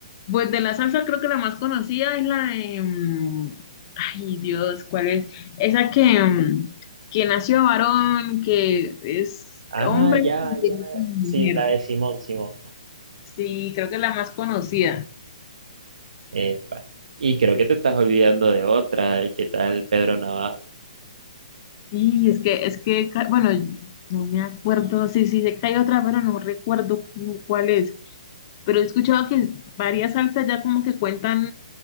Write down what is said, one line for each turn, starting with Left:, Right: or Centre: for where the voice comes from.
Left: Pues de la salsa creo que la más conocida es la de... mm, Ay, Dios, ¿cuál es? Esa que, mm, que nació varón, que es
Right: Ah,
Left: hombre
Right: ya,
Left: y que
Right: ya,
Left: es una mujer.
Right: sí, la de Simón, Simón.
Left: Sí, creo que es la más conocida.
Right: Epa. Y creo que te estás olvidando de otra, ¿qué tal Pedro Navaja?
Left: Y es que, es que, ca- bueno, no me acuerdo, sí, sí, sé que hay otra, pero no recuerdo cu- cuál es. Pero he escuchado que varias salsas ya como que cuentan,